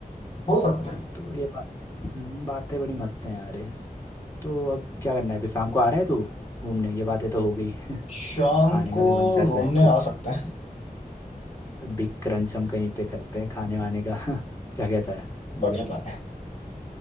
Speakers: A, on the left; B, on the left.
A: हो सकता है
B: तो ये बात हम्म, बातें बड़ी मस्त हैं यार ये। तो अब क्या करना है फिर शाम को आ रहा है तू घूमने ये बातें तो हो गई
A: शाम
B: खाने
A: को
B: का भी मन कर
A: घूमने
B: रहा है कुछ
A: आ सकते हैं
B: बिग क्रंच हम कहीं पे करते हैं खाने वाने का <laughs> क्या कहता है
A: बढ़िया प्लान है